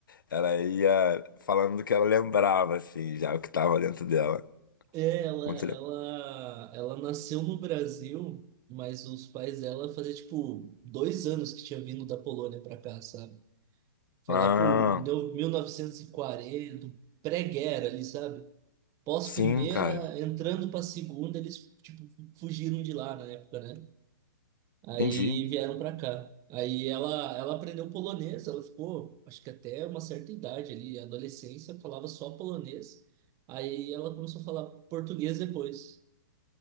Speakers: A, on the left; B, on the right.
A: ela ia falando do que ela lembrava, assim, já o que tava dentro dela.
B: É, ela,
A: Muito
B: ela,
A: legal.
B: ela nasceu no Brasil, mas os pais dela fazia tipo dois anos que tinha vindo da Polônia para cá, sabe? Foi
A: Ah,
B: lá por no- mil- novecentos e quarenta pré-guerra ali, sabe? Pós-primeira,
A: sim, cara.
B: entrando para segunda, eles tipo fugiram de lá na época, né? Aí
A: Entendi.
B: vieram para cá. Aí ela, ela aprendeu polonês, ela ficou, acho que até uma certa idade ali, adolescência, falava só polonês. Aí ela começou a falar português depois.